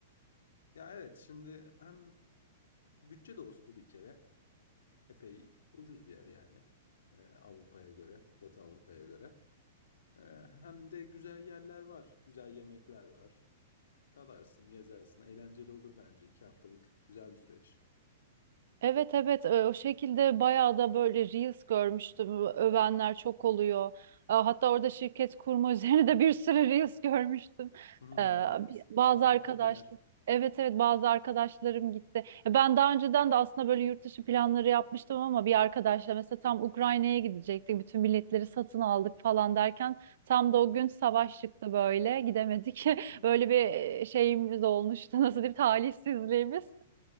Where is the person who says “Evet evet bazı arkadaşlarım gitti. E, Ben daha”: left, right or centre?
Right